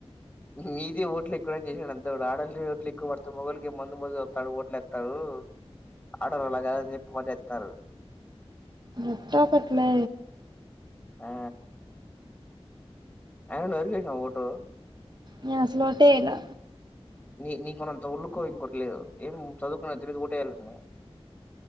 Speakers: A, on the left; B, on the right.
A: మీదీ ఓట్లే ఇప్పటివరకు చేసినాడు అంతే వాడు ఆదిళ్లకీ ఓట్లు ఎక్కువ పడతయి, మగోళకి ఏం మందు పోతే వత్తారూ ఓట్లేత్తారూ. ఆడోలు అలా కాదని చెప్పి ఒట్టేత్తారు.
B: ఎట్టో ఒకట్లే.
A: ఆ అయినా నువు ఎవరికి వేస్నావ్ ఓటూ.
B: నేన్ అసలు ఓటే ఎయ్యలా.
A: నీ నీకున్నంత ఒళ్లుకోవూ ఇంకోరికీ లేదు. ఏం చదువుకున్నవ్ తెలీదు ఓట్ ఎయ్యాలనీ.